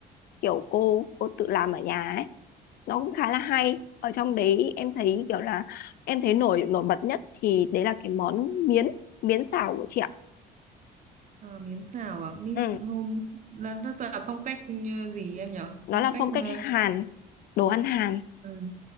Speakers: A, on the left (about 65°); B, on the right (about 45°).
A: kiểu cô cô tự làm ở nhà ấy nó cũng khá là hay ở trong đấy em thấy kiểu là em thấy nổi nổi bật nhất thì đấy là cái món miến miến xào của chị ạ
B: Ờ, miến xào à Miss
A: ừ,
B: Home là rất là phong cách ừ, gì em nhở
A: nó
B: phong
A: là
B: cách
A: phong cách
B: ờ,
A: Hàn đồ ăn Hàn
B: ừ.